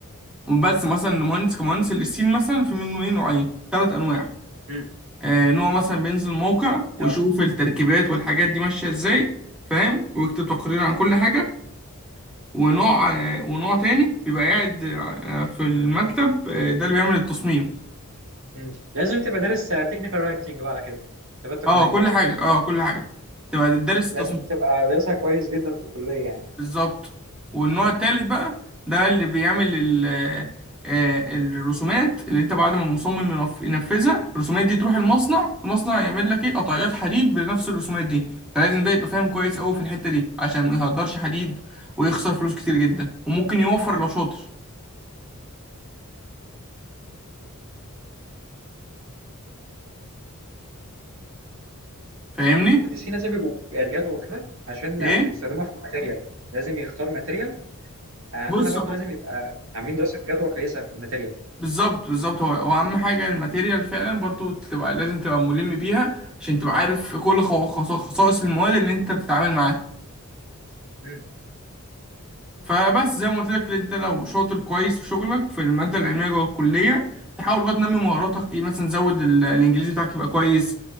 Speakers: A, in the centre; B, on the right.
A: بس مثلا المهندس كمهندس الستيل مثلا في منه ايه نوعين ثلاث انواع
B: امم
A: آه، ان هو مثلا بينزل موقع ويشوف
B: اه
A: التركيبات والحاجات دي ماشيه ازاي فاهم ويكتب تقرير عن كل حاجه ونوع آه، ونوع تاني بيبقى قاعد آه، في المكتب آه، ده اللي بيعمل التصميم
B: مم. لازم تبقى دارس تكنيكال رايتنج بقى على كده كتابات تقنيه
A: اه كل حاجه اه كل حاجه تبقى دارس التصميم
B: لازم تبقى دارسها كويس جدا في الكليه يعني
A: بالظبط والنوع التالت بقى ده اللي بيعمل ال آه، الرسومات اللي انت بعد ما المصمم ينف- ينفذها الرسومات دي تروح المصنع المصنع يعمل لك ايه قطعيات حديد بنفس الرسومات دي فلازم ده يبقى فاهم كويس قوي في الحتة دي عشان ما يهدرش حديد ويخسر فلوس كتير جدا وممكن يوفر لو شاطر فاهمني
B: المهندسين لازم يبقوا يدرسوا كده عشان
A: ايه
B: في- يستخدموها في الماتيريال لازم يختار ماتيريال آه، عندنا
A: بص
B: برضو لازم يبقى عاملين دراسة جدوى كويسة في الماتيريال
A: بالظبط بالظبط هو هو اهم حاجة الماتيريال فعلا برضو تبقى لازم تبقى ملم بيها عشان تبقى عارف كل خوا- خصا- خصائص المواد اللي انت بتتعامل معاها
B: مم.
A: فبس زي ما قلت لك انت لو شاطر كويس في شغلك في الماده العلميه جوه الكليه تحاول بقى تنمي مهاراتك ايه مثلا زود ال- الانجليزي بتاعك يبقى كويس